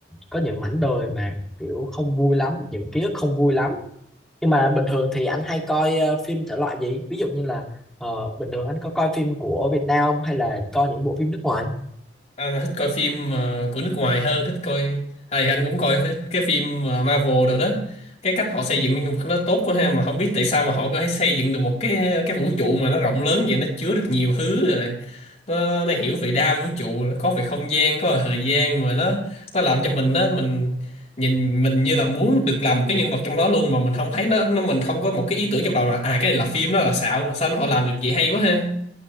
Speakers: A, in the centre; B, on the left.
A: có những mảnh đời mà kiểu không vui lắm những ký ức không vui lắm nhưng mà bình thường thì anh hay coi ờ, phim thể loại gì ví dụ như là ờ, bình thường anh có coi phim của Việt Nam không hay là coi những bộ phim nước ngoài
B: anh là thích coi phim ờ, của nước ngoài hơn thích coi à, thì anh cũng coi thích cái phim ờ, Marvel rồi đó cái cách họ xây dựng nhân vật nó tốt quá ha mà không biết tại sao mà họ có thể xây dựng được một cái cái vũ trụ mà nó rộng lớn vậy nó chứa được nhiều thứ rồi nó, nó hiểu về đa vũ trụ có về không gian có về thời gian mà nó nó làm cho mình đó mình nhìn mình như là muốn được làm một cái nhân vật trong đó luôn mà mình không thấy nó nó mình không có một cái ý tưởng trong đầu là à cái này là phim đó là xạo sao nó họ làm được vậy hay quá ha